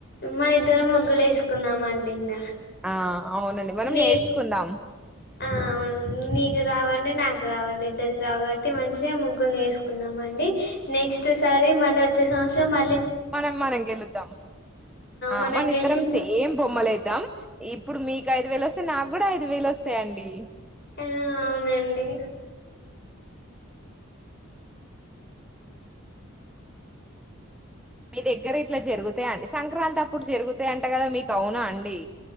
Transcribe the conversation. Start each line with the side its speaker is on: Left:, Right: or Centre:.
Left: మన ఇద్దరం ముగ్గులు వేసుకుందాంమండి ఇంగ
Centre: ఆ అవునండి మనం
Left: నీ
Centre: నేర్చుకుందాం
Left: ఆ నీకు రావండి నాకు రావండి ఇద్దరికి రావు కాబట్టి మంచిగా ముగ్గులు నేర్చుకుందాం అండి నెక్స్ట్ సారి మళ్ళీ వచ్చే సంవత్సరం మ
Centre: మనం మనం గెలుద్దాం ఆ
Left: మనం
Centre: మన
Left: గెలిచి
Centre: ఇద్దరం సేమ్ బొమ్మలేద్దాం ఇప్పుడు మీకు ఐదు వేలు వస్తాయి నాకు కూడా ఐదు వేలు వస్తాయండి
Left: ఆ అవును అండి
Centre: మీ దగ్గర ఇట్లా జరుగుతాయి అండి సంక్రాంతి అప్పుడు జరుగుతాయంట కదా మీకు అవునా అండి